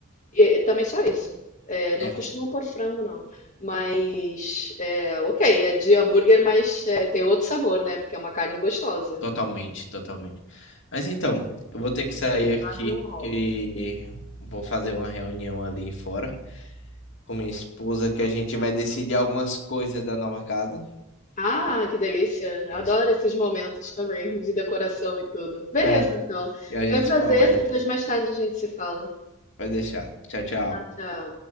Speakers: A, on the left; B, on the left.
A: E, e também só isso. É, não
B: É,
A: costumam pôr frango, não. Mas, é, ok, é de hambúrguer, mas é, tem outro sabor, né? Porque é uma carne gostosa.
B: Totalmente, totalmente. Mas então, eu vou
A: industrializado
B: ter que sair aqui,
A: não rola.
B: que vou fazer uma reunião ali fora com minha esposa, que a gente vai decidir algumas coisas da nova casa.
A: Ah, que delícia!
B: É
A: Adoro
B: Isso.
A: esses momentos também, de decoração e tudo. Beleza,
B: É,
A: então.
B: e a gente
A: Foi um prazer.
B: se fala mais depois.
A: Depois, mais tarde, a gente se fala.
B: Vai deixar. Tchau, tchau.
A: Tchau, tchau.